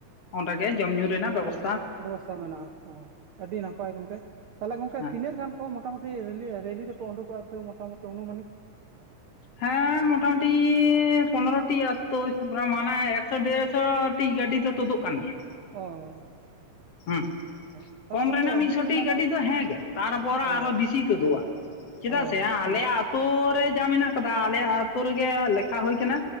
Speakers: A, on the left; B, on the right.
A: ᱚᱸᱰᱮ ᱜᱮ ᱡᱚᱢ ᱧᱩ ᱨᱮᱱᱟᱜ ᱵᱮᱵᱚᱥ
B: ᱵᱮᱵᱚᱥᱛᱟ ᱢᱮᱱᱟᱜ-ᱟ, ᱦᱳᱭ᱾ ᱟᱹᱰᱤ ᱱᱟᱯᱟᱭ ᱜᱚᱝᱠᱮ᱾ ᱛᱟᱦᱞᱮ ᱜᱚᱝᱠᱮ
A: ᱦᱮᱸ
B: ᱛᱤᱱᱟᱹᱜ ᱜᱟᱱ ᱠᱷᱚᱱ ᱢᱚᱴᱟᱢᱩᱴᱤ ᱨᱮᱹᱞᱤ ᱨᱮᱹᱞᱤ ᱨᱮᱯᱮ ᱩᱰᱩᱠᱚᱜ-ᱟ ᱛᱟᱹᱣ ᱢᱚᱴᱟᱢᱩᱴᱤ ᱚᱱᱩᱢᱟᱱᱤᱠ?
A: ᱦᱮᱸ ᱢᱚᱴᱟᱢᱩᱴᱤᱻ ᱯᱚᱱᱨᱚᱴᱤ ᱟᱛᱳ ᱦᱤᱥᱟᱹᱵᱽ ᱨᱮ ᱢᱟᱱᱮ ᱮᱠᱥᱚ, ᱰᱮᱲᱥᱚ ᱴᱤ ᱜᱟᱹᱰᱤ ᱫᱚ ᱛᱩᱫᱚᱜ ᱠᱟᱱ ᱜᱮᱭᱟ᱾
B: ᱚ
A: ᱦᱩᱸᱜ,
B: ᱚ ᱛᱟᱦᱚᱞᱮ
A: ᱠᱚᱢ
B: ᱜᱚᱝᱠᱮ
A: ᱨᱮᱱᱟᱜ
B: ᱟᱹᱰᱤ
A: ᱢᱤᱫᱥᱚᱴᱤ
B: ᱢᱟᱱᱮ
A: ᱜᱟᱹᱰᱤ ᱫᱚ ᱦᱮᱸᱜᱮ ᱛᱟᱨᱯᱚᱨ ᱟᱨᱦᱚᱸ
B: ᱚ
A: ᱵᱮᱥᱤ ᱛᱩᱫᱩᱜ-ᱟ᱾ ᱪᱮᱫᱟᱜ
B: ᱚ
A: ᱥᱮ ᱟᱞᱮᱭᱟᱜ
B: ᱦᱮᱸ
A: ᱟᱹᱛᱩ ᱨᱮ ᱡᱟ ᱢᱮᱱᱟᱜ ᱠᱟᱫᱟ ᱟᱞᱮᱭᱟᱜ ᱟᱹᱛᱩᱳ ᱨᱮᱜᱮ ᱞᱮᱠᱷᱟ ᱦᱩᱭ ᱠᱟᱱᱟ᱾